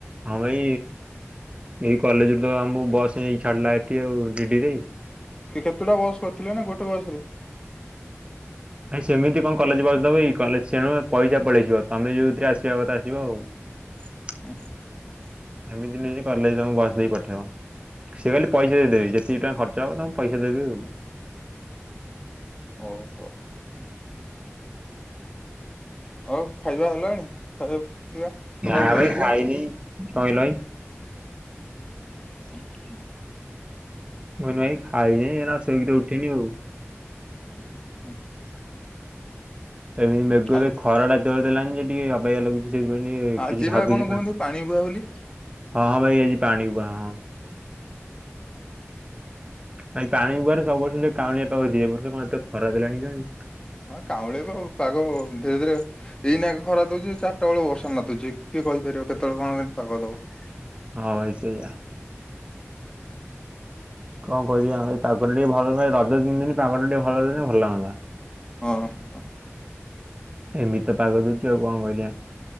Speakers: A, on the right (about 25°); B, on the left (about 20°).
A: ହଁ ଭାଇ ଏଇ କଲେଜରୁୁ ତ ଆମକୁ ବସ ନେଇ ଛାଡିଲା ଏଠି ଆଉ ଡିଡି ରେ
B: କେ କେତୁଟା ବସ୍ କରିଥିଲେ ନା ଗୋଟେ ବସ ରେ?
A: ଭାଇ ସେମିତି କଣ କଲେଜ ବସ ଦବକି କଲେଜ ସେଣୁ ପଇସା ପଳେଇଯିବ ତମେ ଯଉଥିରେ ଆସିବା କଥା ଆସିବ ଆଉ। <unintelligible>
B: <unintelligible>
A: ଏମିତି ନୁଏ ଯେ କଲେଜ ତମକୁ ବସ ଦେଇକି ପଠେଇବ ସିଏ ଖାଲି ପଇସା
B: ଓହୋ
A: ଦେଇଦେବେ ସି ଟଙ୍କା ଖର୍ଚ୍ଚହବ ତମୁକୁ ପଇସା ଦେଇ ବେ ଆଉ।
B: ଓହୋ। ହଉ ଖାଇବା ହେଲାଣି? ପିଇବା ସକାଳୁ
A: ନା
B: ଜଳଖିଆ
A: ଭାଇ ଖାଇନି କଣ କହିଲ ଭାଇ?
B: <inaudible>
A: ମୁଁ ଏଇନା ଖାଇନି ନା ସେ ବିତ ଉଠିନି ଆଉ <inaudible>
B: <unintelligible>
A: ଏମିତି ମେଘ
B: ଆ
A: ଏ ଖରା ଟା ଜୋରେ ଦେଲାଣି ଯେ ଟିକେ ଅବାଗିଆ ଲାଗୁଛି। ସେଇଥିପାଇଁ
B: ଆଜି
A: କିଛି ଭାବୁଛି
B: ବା କଣ କୁହନ୍ତୁ
A: ହଁ
B: ପାଣି ବୁହା ବୋଲି
A: ହଁ ଭାଇ ଆଜି ପାଣିକୁ ହଁ। ଭାଇ ପାଣି ଗୁରେ ସବୁ ବର୍ଷ କାଉଳିଆ ପାଖ ଦିଏ ବର୍ଷ କଣଏତେ ଖରା ଦେଲାଣି କଣ
B: ହଁ କାଉଁଳିଆ ପାଗ ଧୀରେ ଧୀରେ ଏଇନା ଖରା ଦଉଛି ଚାରିଟା ବେଳ ବର୍ଷା ନାଦୁଛି କିଏ କହିପାରିବ କେତେବେଳେ କଣ କେମିତି ପାଗ ଦବ।
A: ହଁ ଭାଇ ସେଇଆ। କଣ କହିବା ପାଗଟା ଟିକେ ଭଲ ରଜ ପିନ୍ଧିନି ପାଗ ଟିକେ ଭଲ ଦିନି ଭଲ ଲାଗନ୍ତା।
B: ହଁ।
A: ଏମିତି ତ ପାଗ ଦଉଛି ଆଉ କଣ କରିବା?